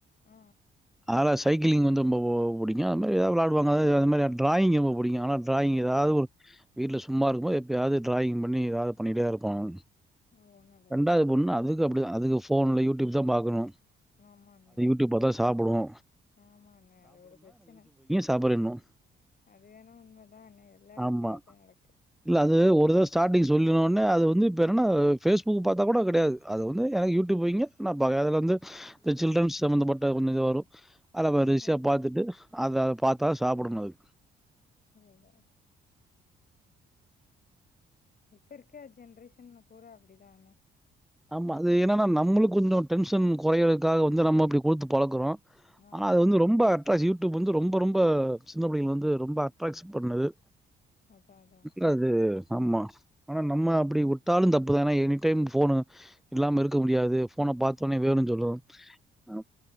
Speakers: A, on the left; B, in the centre.
A: ஆ
B: ஆலா சைக்கிளிங் வந்து ரொம்ப ஓ புடிக்கு அது மாரி எதா விளாடுவாங்க அது மாரி ட்ராயிங் ரொம்ப புடிக்கு ஆனா ட்ராயிங்
A: ஆ. ஓ
B: எதாவ்து ஒ வீட்ல சும்மா இருக்கும்போ எப்பயாவ்து ட்ராயிங் பண்ணி எதாது பண்ணிட்டே இருப்பாங்க
A: ஓ நல்லதுண்ணே
B: ரெண்டாவ்து பொண்ணு அதுக்கு அப்டிதா அதுக்கு ஃபோன்ல யூடியூப் தா பாக்கணு
A: ஆமாண்ணே
B: ட்யூப் பாத்தா சாப்புடுவோ
A: ஆமாங்க அது ஒரு ப்ரச்சன
B: சாப்பிடணும்.
A: அது வேணா உண்மதா அண்ணே எல்லா வீட்லயு
B: ஆமா.
A: அதுதா நடக்கு
B: இல்ல அது ஒரு தட ஸ்டாடிங் சொல்லு ஓன்னே அது வந்து இப்ப என்னன்னா ஃபேஸ்புக் பாத்தா கூட கடையாது அது ஒன்னு எனக்கு யூடியூப் வைங்க நா பாக்குறே அதுல வந்து இந்த சில்ட்ரன்ஸ் சம்மந்தப்பட்ட ஒன்னு இது வரு அத வரிசயா
A: அ
B: பாத்துட்டு அத பாத்தா சாப்படணு அது
A: ன் லகா இப்ப இருக்க ஜென்ரேஷன் ல பூரா அப்பிடிதா அண்ணே
B: ஆமா அது என்னனா நம்மளு கொஞ்சோ டென்ஷன் கொறையதுக்காக வந்து நம்ம அப்டி குடுத்து பழக்குறோ
A: ஆ
B: ஆனா அது
A: ஆ
B: வந்து ரொம்ப அட்ரேக்ஸ் யூடியூப் வந்து ரொம்ப ரொம்ப அ சின்ன புள்ளெங்கள வந்து ரொம்ப அட்ராக்ஸ் பண்ணுது
A: அதா அதா
B: அ அது ஆமா ஆனா நம்ம அப்டி உட்டாலு தப்புதா எனா எனி டைம் ஃபோனு இல்லாம இருக்க முடியாது ஃபோன பாத்த
A: ஆமாண்ணே
B: ஒனே வேணுனு சொல்றதூ ஆ